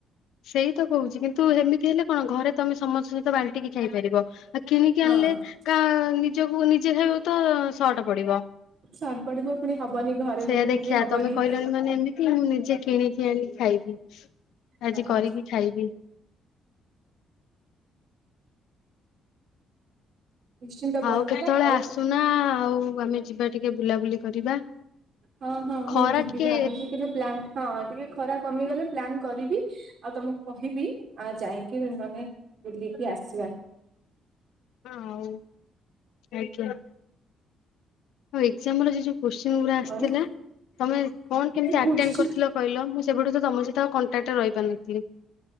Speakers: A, on the left; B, on the right.
A: ସେଇ ତ କହୁଚି କିନ୍ତୁ ହେମିତି ହେଲେ କଣ ଘରେ ତମେ ସମସ୍ତଙ୍କ ସହିତ ବାଣ୍ଟି କି ଖାଇପାରିବ। ଆ କିଣିକି
B: ହଁ
A: ଆଣିଲେ କା ନିଜକୁ ନିଜେ ହେବ ତ ସଟ ପଡିବ।
B: ସଟ୍ ପଡିବ ପୁଣି ହବନି ଘରେ
A: ସେଇଆ
B: ଲୋକଙ୍କୁ
A: ଦେଖିବା
B: ବି ହବନି
A: ତମେ କହିଲଣି ମାନେ ଏମିତି ମୁଁ ନିଜେ କିଣିିକି ଆଣିକି ଖାଇବି। ଆଜି
B: ହଁ
A: କରିକି ଖାଇବି।
B: ନିଶ୍ଚିନ୍ତ ବନେଇବା
A: ଆଉ କେତେବେଳେ
B: ଆଉ
A: ଆସୁନା ଆଉ ଆମେ ଯିବା ଟିକେ ବୁଲାବୁଲି କରିବା।
B: ହଁ ହଁ ମୁଁ
A: ଖରା
B: ଯିବି
A: ଟିକେ
B: ଭାବିଚି କି ପ୍ଲା ହଁ। ଟିକେ ଖରା କମିଗଲେ ପ୍ଲାନ୍ କରିବି ଆଉ ତମକୁ କହିବି ଆ ଯାଇକି ମାନେ ବୁଲିକି ଆସିବା।
A: ହଁ ହଉ ଆଜ୍ଞା। ଆଉ ଏକଜାମର ସେ ଯଉ କୋସ୍ଚିଂ ଗୁଡା ଆସିଥିଲା
B: ଆଉ
A: ତମେ କଣ କେମତି ଆଟେଣ୍ଡ
B: କୋଶ୍ଚିନ୍
A: କରିଥିଲ? କହିଲ, ମୁଁ ସେବେଠୁ ତ ତମ ସହିତ ଆଉ କଣ୍ଟାକ୍ଟରେ ରହିପାରିନଥିଲି।